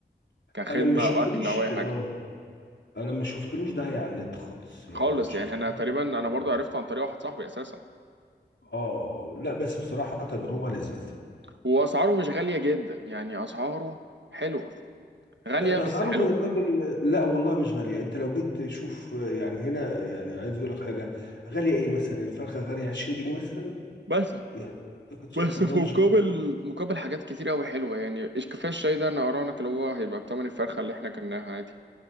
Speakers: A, on the right; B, on the left.
A: كخدمة
B: أنا ما شفتلوش
A: وأكل أو أي حاجة
B: اه أنا ما شفتلوش داعي على النت خالص يعني
A: خالص
B: ما شفتلوش
A: يعني انا تقريبا
B: اه
A: انا برضو
B: اه
A: عرفته عن طريق واحد صاحبي اساسا
B: آه. آه. لا بس بصراحة تجربة لذيذة
A: واسعاره مش غاليه جدا يعني اسعاره حلوه غاليه
B: ده ده اسعاره
A: بس حلوه
B: زي الراجل لا والله مش غاليه انت لو جيت تشوف يعني هنا يعني عايز اقول لك حاجه غاليه ايه مثلا الفرخه غاليه 20 جنيه مثلا
A: بس
B: يعني ما كنتش-
A: بس
B: طب
A: في
B: ما هي مش
A: مقابل
B: غالية.
A: مقابل حاجات كتير قوي حلوه يعني إيش كفايه الشاي ده انا اراهنك اللي هو هيبقى بتمن الفرخه اللي احنا كلناها عادي